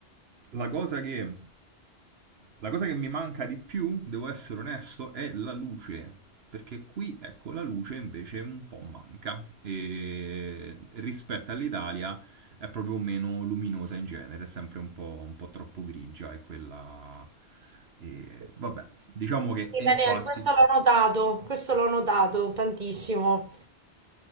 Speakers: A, on the right; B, on the right.
A: La cosa che, la cosa che mi manca di più, devo essere onesto, è la luce. Perché qui, ecco, la luce invece un po' manca. E rispetto all'Italia è proprio meno luminosa in genere, è sempre un po', un po' troppo grigia e quella... e vabbè, diciamo che
B: sì,
A: e
B: Daniele,
A: infatti
B: questo l'ho notato, questo l'ho notato tantissimo.